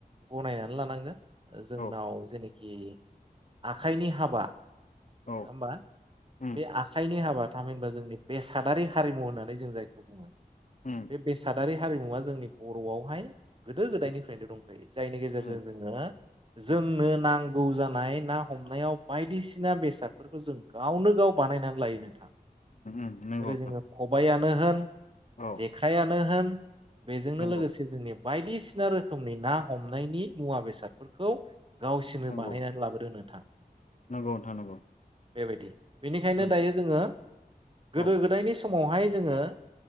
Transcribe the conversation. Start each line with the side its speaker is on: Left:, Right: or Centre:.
Right: गनायनानै लानांगोन। जोंनाव
Left: औ
Right: जे कि आखाइनि हाबा नङा
Left: औ
Right: होमबा
Left: उम
Right: बे आखाइनि हाबा थामहिनबा जोंनि बेसादारि हारिमु होननानै जों जायखौ बुङो
Left: उम
Right: बे बेसादारि हारिमुवा जोंनि बर'आवहाय गोदो गोदायनिफ्रायनो
Left: उम
Right: दंखायो जायनि गेजेरजों
Left: उम
Right: जोङो जोंनो
Left: उम
Right: नां गौ जानाय ना हमनायाव बायदिसिना बेसादफोरखौ जों गावनो गाव बानायनानै लायो नोंथां।
Left: उम नंगौ
Right: जेरै
Left: नोंथां
Right: जोङो खबाया नो होन
Left: औ
Right: जेखायानो होन बेजोंनो
Left: नंगौ
Right: लोगोसे जोंनि बायदिसिना रोखोमनि ना हमनायनि मुवा बेसादफोरखौ गावसिरनो
Left: नंगौ
Right: बानायनानै लाबोदों नोंथां
Left: नंगौ नोंथां नंगौ।
Right: बेबायदि बेनिखायनो
Left: नंगौ
Right: दायो जोङो
Left: औ
Right: गोदो गोदायनि समाव बहाय जोङो